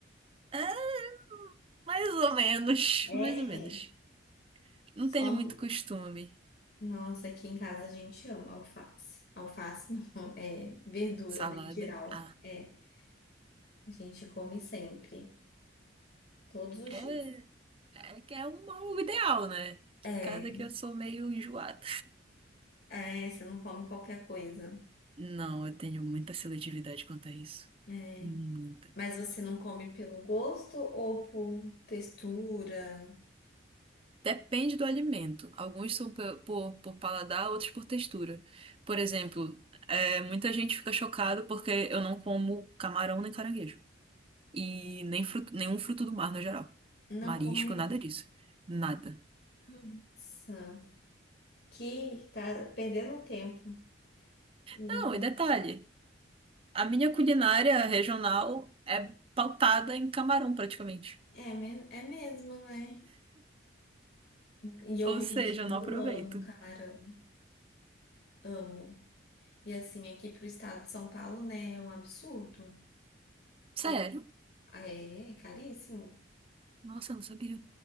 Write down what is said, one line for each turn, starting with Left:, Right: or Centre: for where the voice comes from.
Right: É, mais ou menos,
Left: É.
Right: mais ou menos. Não
Left: Só...
Right: tenho muito costume.
Left: Nossa, aqui em casa a gente ama alface. Alface <laughs> não, é verdura,
Right: Salada.
Left: né, em geral.
Right: Ah,
Left: É, a gente come sempre, todos os
Right: é.
Left: dias.
Right: É que é um bom ideal, né?
Left: É.
Right: Caso é que eu sou meio enjoada.
Left: É, você não come qualquer coisa.
Right: Não, eu tenho muita seletividade quanto a isso.
Left: É.
Right: Muita.
Left: Mas você não come pelo gosto ou por textura?
Right: Depende do alimento. Alguns são pe- por, por paladar, outros por textura. Por exemplo, é, muita gente fica chocada porque eu não como camarão nem caranguejo. E nem fruto, nenhum fruto do mar no geral.
Left: Não
Right: Marisco,
Left: come nenhum.
Right: nada disso. Nada.
Left: Nossa, que tá perdendo tempo. Não
Right: Não,
Left: come.
Right: e detalhe, a minha culinária regional é pautada em camarão praticamente.
Left: É, me- é mesmo, né? E eu,
Right: Ou
Left: gente,
Right: seja,
Left: eu
Right: eu não aproveito.
Left: amo camarão. Amo. E assim, aqui pro estado de São Paulo, né, é um absurdo.
Right: Sério?
Left: O- É, é caríssimo.
Right: Nossa, eu não sabia.